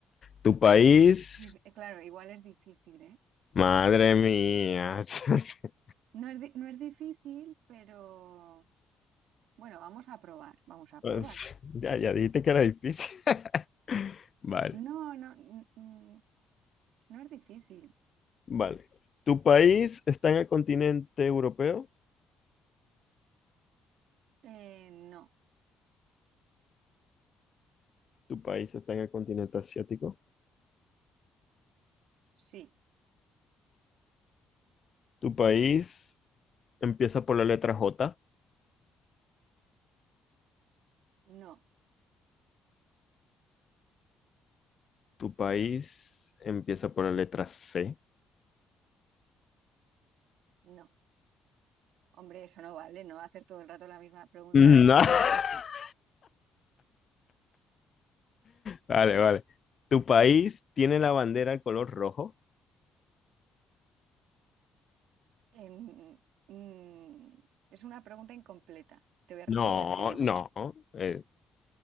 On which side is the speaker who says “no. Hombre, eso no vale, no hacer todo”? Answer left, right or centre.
Right